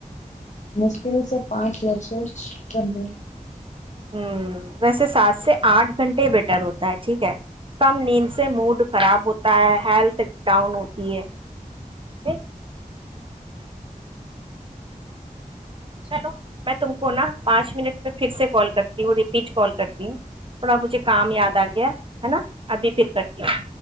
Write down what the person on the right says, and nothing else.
ہوں ویسے سات سے آھ گھنٹے بیٹر ہوتا ہے ٹھیک ہے کم نیند سے موڈ خراب ہوتا ہے ہیلتھ تک ڈاؤن ہوتی ہے ج چلو میں تم کو نا پانچ منٹ میں پھر سے کال کرتی ہوں ریپیٹ کال کرتی ہوں تھوڑا مجھے کام یاد آ گیا ہے نا ابھی تھرکٹتی ہ